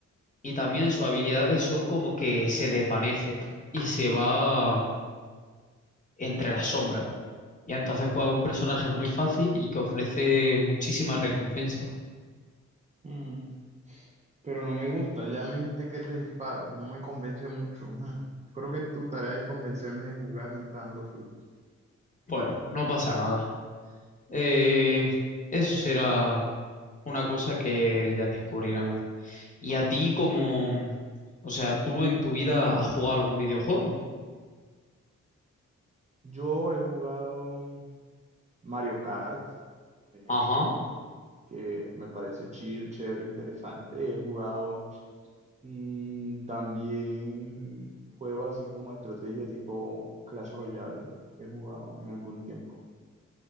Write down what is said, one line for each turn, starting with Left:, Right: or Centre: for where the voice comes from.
Left: Y también sus habilidades son como que se desvanece y se va entre las sombras. Y entonces pues es un personaje muy fácil y que ofrece muchísimas recompensas.
Right: Mm, pero no me gusta, ya me dijiste que es de disparo, no me convence mucho. Mm, Creo que tu tarea de convencerme de jugar no está dando fruto.
Left: Bueno, no pasa nada. Eh, eso será una cosa que ya descubriremos. ¿Y a ti como... O sea, tú en tu vida has jugado algún videojuego?
Right: Yo he jugado Mario Kart, por ejemplo.
Left: Ajá,
Right: que me parece chill, chévere, interesante. He jugado mm, también juegos así como de estrategia tipo Clash Royale, he jugado en algún tiempo.